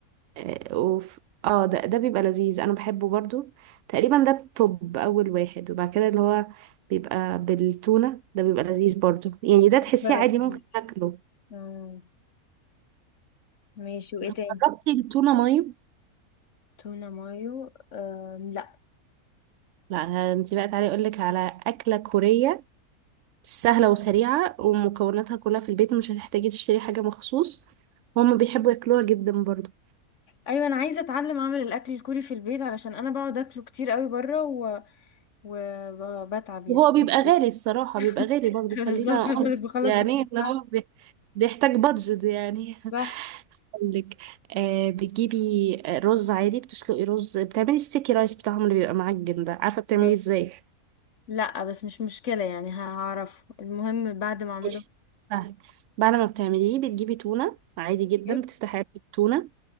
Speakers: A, on the right; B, on the left.
A: آه، وف... اه ده ده بيبقى لذيذ انا بحبه برضو تقريبا ده الطب اول واحد وبعد كده اللي هو بيبقى بالتونة ده بيبقى لذيذ برضو يعني ده تحسيه
B: مجربتوش
A: عادي ممكن اكله
B: مم. ماشي وايه
A: طب
B: تاني
A: جربتي التونة مايو؟
B: تونة مايو أم... لا
A: لا انت بقى تعالي اقول لك على أكلة كورية سهلة وسريعة ومكوناتها كلها في البيت مش هتحتاجي تشتري حاجة مخصوص وهم بيحبوا ياكلوها جدا برضو
B: ايوه انا عايزه اتعلم اعمل الاكل الكوري في البيت علشان انا بقعد اكله كتير قوي بره و... وبتعب يعني
A: وهو
B: خلاص
A: بيبقى
B: فلوس
A: غالي الصراحة
B: <laughs>
A: بيبقى غالي برضو
B: بالظبط
A: خلينا
B: بالك
A: honest
B: بخلص
A: يعني
B: <laughs> فلوس.
A: ان هو
B: صح
A: بي- بيحتاج بادجت يعني
B: صح
A: لك آه بتجيبي آه، رز عادي بتسلقي رز بتعملي السيكي رايس بتاعهم اللي بيبقى معجن ده عارفه بتعمليه
B: ماشي
A: ازاي
B: لا بس مش مشكلة يعني هعرف المهم بعد ما اعمله
A: ماشي سهل بعد ما بتعمليه بتجيبي تونه عادي جدا
B: كتير.
A: بتفتحي علبه التونه